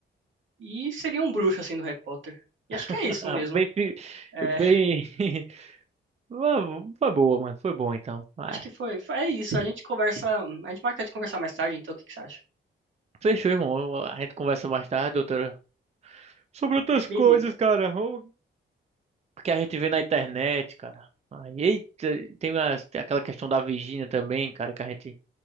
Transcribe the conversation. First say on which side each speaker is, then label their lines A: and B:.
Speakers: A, on the right (about 70°); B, on the right (about 35°).
A: E seria um bruxo, assim, do Harry Potter. E acho que
B: <laughs>
A: é isso mesmo.
B: Bem, fi-
A: É,
B: bem,
A: <laughs>
B: <laughs> foi foi boa, mano, foi bom então. Ah,
A: acho que foi, foi. É isso. A gente conversa. A gente marca de conversar mais tarde, então o que que você acha?
B: fechou, irmão. A gente conversa mais tarde, doutora, sobre outras coisas,
A: Beleza.
B: cara. O que a gente vê na internet, cara. Aí, eita, tem umas- tem aquela questão da Virgínia também, cara, que a gente